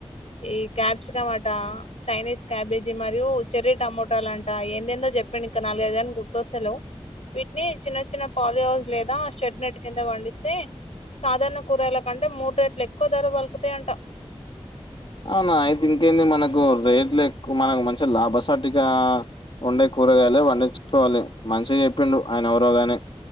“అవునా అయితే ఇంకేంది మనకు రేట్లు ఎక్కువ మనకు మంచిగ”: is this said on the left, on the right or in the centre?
Left